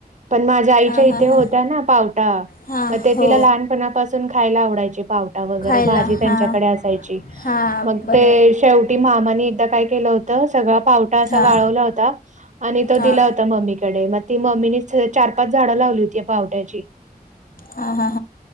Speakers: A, on the right (about 50°); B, on the left (about 60°).
A: पण माझ्या आईच्या
B: हां
A: इथे
B: हां
A: होत्या
B: हां
A: ना पावटा.
B: हां
A: मग ते
B: हो
A: तिला लहानपणापासून खायला आवडायचे पावटा वगैरे
B: खायला
A: भाजी, त्यांच्याकडे
B: हां
A: अस. पाहिजे,
B: हां
A: मग
B: बरोबर
A: ते शेवटी मामानी एकदा काय केलं होत? सगळा पावटा असं
B: हां
A: वाळवला होता आणि तो
B: हां
A: दिला होता मम्मीकडे म ती मम्मीने चार-पाच झाडं लावली होती या पावट्याची.
B: हां हां हां